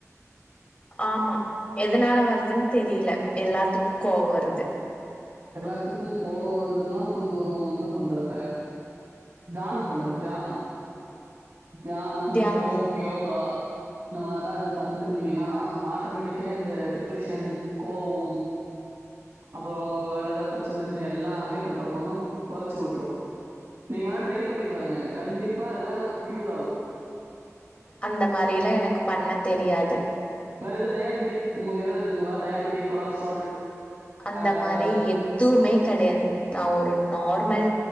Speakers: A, on the left; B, on the right.
A: ஆமா எதனால வருதுன்னு தெரியல எல்லாத்துக்கும் கோவோ வருது
B: எல்லாத்துக்கும் கோவம் வருதுன்னா கொஞ்சோ என்ன பண்றது தியானம் பண்ணு தியானம் தியானம்
A: தியானோ
B: ம் யோகா இந்த மாரிலாம் எதாவ பண்ணிட்டு இருந்தீங்கன்னா ஆட்டோமேட்டிக்கா இந்த டிப்ரெஷன் கோவோ அப்பறோ உங்களுக்கு வேற க்குல எதாது ப்ரச்சனை இருந்துச்சுன்னா எல்லாமே கண்ட்ரோல் பண்ணும் கொறச்சு விட்டுரு நீங்க வேணா ட்ரை பண்ணி பாருங்க கண்டிப்பா அதெல்லா கியூர் ஆகு
A: அந்த மாரி எல்லா எனக்கு பண்ண தெரியாது
B: வேற எதா டயாபெடிக் உங்களுக்கு எதாவது இருக்குங்களா டயாபெடிக் கொலஸ்ட்ரால்
A: அந்த
B: வேற
A: மாரி
B: ஏதாவது
A: எதுவுமே கெடையாது நா ஒரு நார்மல்